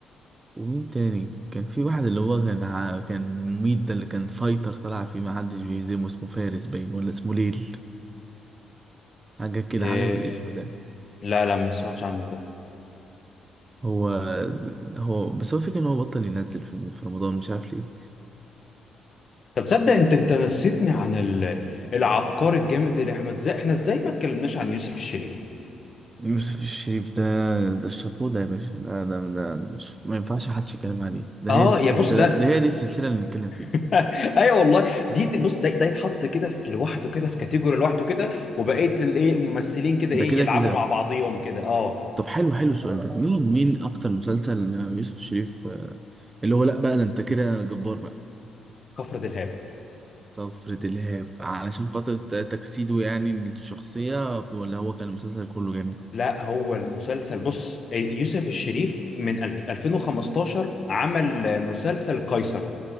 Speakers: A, on the right; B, on the left.
A: ومين تاني كان في واحد اللي هو كان ع- كان مميت ده اللي كان فايتر طلع فيه محدش بيهزمه اسمه فارس باين ولا اسمه ليل حاجة كده
B: آه
A: حاجة بالاسم ده
B: لا لا ما سمعتش عنه ده
A: هو هو بس هو فكرة ان هو بطل ينزل في في رمضان مش عارف ليه
B: طب تصدق انت انت نسيتني عن ال... العبقري الجامد اللي احمد زي احنا ازاي ما اتكلمناش عن يوسف الشريف
A: يوسف الشريف ده ده الشافوه ده يا باشا ده ده ده مش ما ينفعش محدش يتكلم عليه ده
B: اه
A: هي دي السلسلة
B: يا بص ده
A: ده هي دي السلسلة اللي نتكلم فيها
B: <laughs> ايوه والله دي ت- بص ده ده يتحط كده في- لوحده كده في كاتيجوري لوحده كده وبقيه الايه الممثلين كده
A: ده
B: ايه
A: كده
B: يلعبوا
A: كده
B: مع بعضيهم كده اه
A: طب حلو حلو السؤال ده مين مين اكتر مسلسل يوسف الشريف اللي هو لا بقى ده انت كده جبار بقى.
B: كفر دلهاب
A: طفرة الإرهاب علشان خاطر ت- تجسيده يعني الشخصية ولا هو كان المسلسل كله جامد
B: لا هو المسلسل بص آه، يوسف الشريف من الف... 2015 عمل مسلسل قيصر